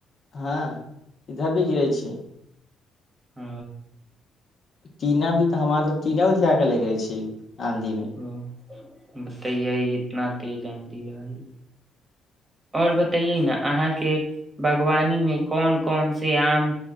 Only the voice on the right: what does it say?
ओ
ह बतैए इतना तेज आद रह ह आओर बतये ने अहाँके बागवानी मे कोन कोन से आम